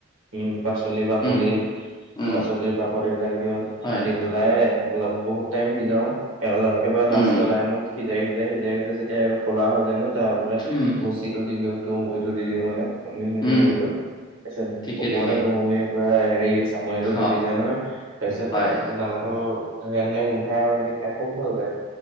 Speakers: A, on the right (about 70°); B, on the left (about 20°).
A: উম, পাচলি, পাখলি,
B: উম উম
A: পাচলিৰ পাকত এইবিলাক দিওঁ
B: হয়
A: দি পেলাই পেলায়ে অলপ বহুত টাইম সিজাও, একেবাৰে লাষ্টৰ
B: উম
A: টাইমত সি সিজাই সিজাই সিজাই সিজাই যেতিয়া এইবোৰ কলা হৈ যায় নহয় তাৰপতে
B: উম
A: ভুচিটো দি দিওঁ তুহগুৰিটো দি দিওঁ মানে। মিহিটো
B: উম
A: হুইটো তাৰপিছত
B: ঠিকে
A: ওপৰতে
B: ঠিকে
A: তুই পুৰা হেৰি চামৰিটো বহি
B: অ
A: যায় নহয় তাৰপিছত
B: হয়
A: এ দানাটো ধুনীয়া ধুনীয়া গোন্ধাই আৰু সিহঁতে খাই খুব ভাল পায়।